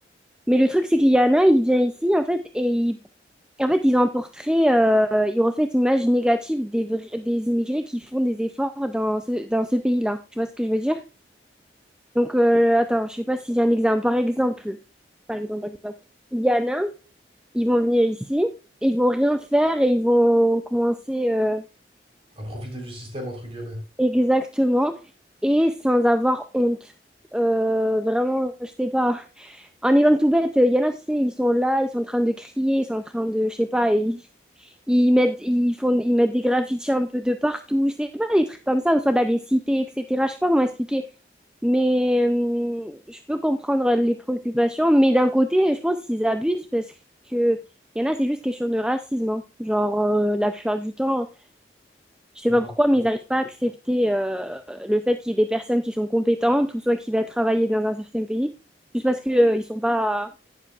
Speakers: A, in the centre; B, on the right.
A: Mais le truc, c'est qu'il y en a, ils viennent ici, en fait, et et En fait, ils ont un portrait, euh, ils reflètent une image négative des, vrais- des immigrés qui font des efforts dans ce, dans ce pays-là. Tu vois ce que je veux dire? Donc, euh, attends, je sais pas si j'ai un exemple. Par exemple, par exemple, par exemple, il y en a, ils vont venir ici, et ils vont rien faire et ils vont commencer euh,
B: À profiter du système, entre guillemets.
A: exactement et sans avoir honte. Euh, vraiment, je sais pas. En exemple tout bête, il y en a, tu sais, ils sont là, ils sont en train de crier, ils sont en train de, je sais pas, ils, ils mettent, ils font, ils mettent des graffitis un peu de partout, je sais pas, des trucs comme ça, ou soit dans les cités, etc. Je sais pas comment expliquer. Mais euh, je peux comprendre les préoccupations, mais d'un côté, je pense qu'ils abusent parce que il y en a, c'est juste question de racisme. hein. Genre, euh, la plupart du temps, je sais
B: Bah,
A: pas pourquoi, mais
B: euh,
A: ils n'arrivent pas à accepter euh, le fait qu'il y ait des personnes qui sont compétentes ou soit qui va travailler dans un certain pays, juste parce que euh, ils sont pas